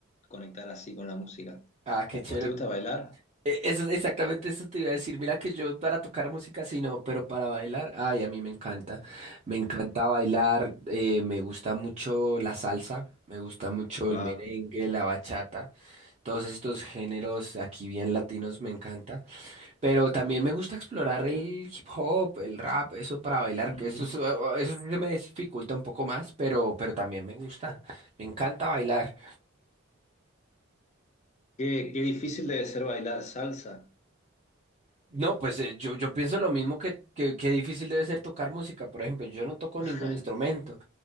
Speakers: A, on the left (about 35°); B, on the right (about 35°).
A: conectar así con la música.
B: Ah, qué
A: ¿A
B: chévere.
A: vos te gusta bailar?
B: E- Eso, exactamente eso te iba a decir. Mira que yo para tocar música sí no, pero para bailar, ay, a mí me encanta. Me encanta bailar, eh, me gusta mucho la salsa, me gusta mucho
A: Wow.
B: el merengue, la bachata, todos estos géneros aquí bien latinos me encanta. Pero también me gusta explorar el hip hop, el rap, eso para bailar,
A: Ujú.
B: que eso, es- eso sí se me dificulta un poco más, pero, pero también me gusta. Me encanta bailar.
A: Qué, qué difícil debe ser bailar salsa.
B: No, pues eh, yo, yo pienso lo mismo que, que, que difícil debe ser tocar música. Por ejemplo, yo no toco
A: <laughs>
B: ningún instrumento,